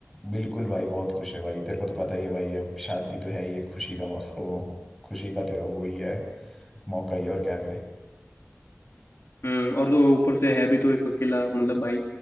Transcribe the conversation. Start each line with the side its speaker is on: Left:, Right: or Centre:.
Centre: बिल्कुल भाई बहुत खुश है भाई तेरे को तो पता ही है भाई अब शादी तो है ही एक खुशी का मौसम ओ, खुशी का तो वही है मौका ही है और क्या करे
Left: हम्म और तो ऊपर से है भी तो एक अकेला मतलब भाई